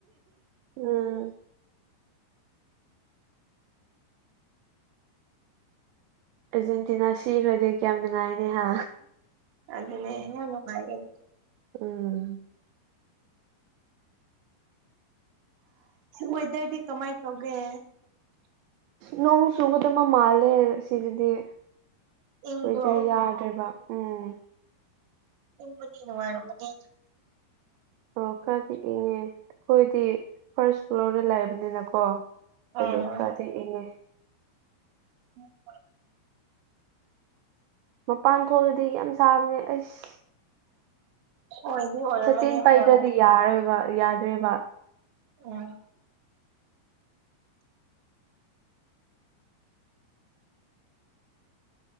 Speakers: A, on the right; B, on the right.
A: ꯎꯝ ꯑꯔꯖꯦꯟꯇꯤꯅꯥ ꯁꯤꯈ꯭ꯔꯗꯤ ꯀꯌꯥꯝ ꯅꯨꯡꯉꯥꯏꯅꯦ ꯍꯥ
B: ꯑꯗꯨꯅꯦ ꯍ ꯅꯨꯡꯉꯥꯏꯒ
A: ꯎꯝ
B: ꯋꯦꯗꯔꯗꯤ ꯀꯃꯥꯏ ꯀꯧꯒꯦ
A: ꯅꯣꯡ ꯆꯨꯒꯗꯕ ꯃꯥꯜꯂꯦ ꯁꯤꯗꯗꯤ ꯑꯣꯏꯣꯏꯗꯔ
B: ꯏꯪꯕ꯭ꯔꯣ
A: ꯌꯥꯗ꯭ꯔꯦꯕ ꯎꯝ
B: ꯇꯨꯝꯕꯗꯤ ꯅꯨꯡꯉꯥꯏꯔꯝꯃꯅꯤ
A: ꯑꯣ ꯈꯔꯗꯤ ꯏꯪꯉꯦ ꯑꯩꯈꯣꯏꯗꯤ ꯐꯥꯔꯁ ꯐ꯭ꯂꯣꯔꯗ ꯂꯩꯕꯅꯤꯅꯀꯣ
B: ꯎꯝ
A: ꯈꯔꯗꯤ ꯏꯉꯦ
B: ꯎꯝ ꯑꯥꯏ
A: ꯃꯄꯥꯟ ꯊꯣꯛꯂꯗꯤ ꯌꯥꯝ ꯁꯥꯕꯅꯦ ꯑꯩꯁ
B: ꯑꯣꯏꯗꯤ ꯑꯣꯏꯔꯝꯃꯅꯤ
A: ꯁꯇꯤꯟ ꯄꯥꯏꯗ꯭ꯔꯗꯤ
B: ꯍꯣꯏ
A: ꯌꯥꯔꯣꯏꯕ ꯌꯥꯗ꯭ꯔꯦꯕ
B: ꯑꯣ